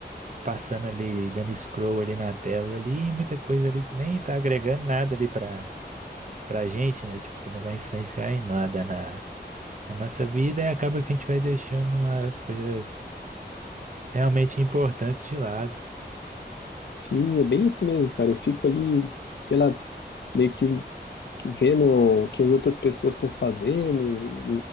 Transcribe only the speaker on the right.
passando ali, dando scroll ali na tela ali, e muita coisa ali que nem tá agregando nada ali pra, pra gente, né? Tipo, que não vai influenciar em nada na nossa vida e acaba que a gente vai deixando as coisas realmente importantes de lado.